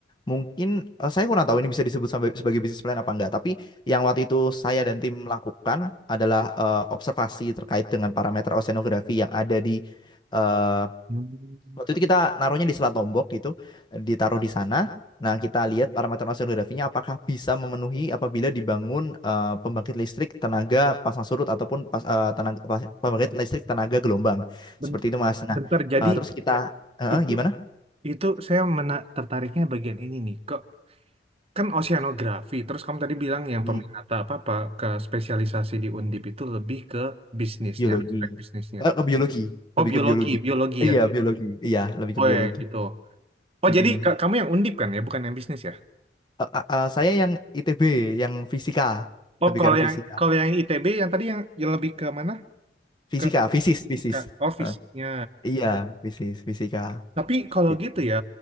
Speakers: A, on the left; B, on the right.
A: mungkin eh, saya kurang tahu ini bisa disebut sampai- sebagai bisnis plan apa enggak. Tapi yang waktu itu saya dan tim lakukan adalah eh, observasi terkait dengan parameter oceanografi yang ada di eh,
B: Hmm.
A: Waktu itu kita naruhnya di Selat Lombok gitu, ditaruh di sana. Nah, kita lihat parameter oseanografinya apakah bisa memenuhi apabila dibangun eh, pembangkit listrik tenaga pasang surut ataupun pas, eh, tenaga, pas- pembangkit listrik tenaga gelombang. Seperti
B: Ben-
A: itu, Mas. Nah,
B: Bentar, jadi
A: eh, terus kita eh,
B: itu
A: gimana?
B: itu saya mena tertariknya bagian ini nih. Kok kan oceanografi, terus kamu tadi bilang yang
A: Hmm,
B: peminat apa apa ke spesialisasi di Undip itu lebih ke bisnisnya,
A: biologi.
B: aspek bisnisnya.
A: Eh, ke biologi,
B: Oh,
A: lebih
B: Ya, biologi,
A: ke biologi.
B: biologi
A: Iya,
B: ya.
A: biologi. Iya, lebih
B: Oh
A: ke biologi.
B: ya ya. gitu. Oh,
A: Mm-mm.
B: jadi ka- kamu yang Undip kan ya, bukan yang bisnis ya?
A: Eh, eh, eh, saya yang ITB, yang fisika,
B: Oh,
A: lebih
B: kalau
A: ke arah
B: yang
A: fisika.
B: kalau yang ITB yang tadi yang, yang lebih ke mana?
A: Fisika,
B: ke
A: fisis,
B: fisika
A: fisis.
B: oh fisiknya
A: Eh. Iya, fisis, fisika.
B: tapi kalau
A: Gitu.
B: gitu ya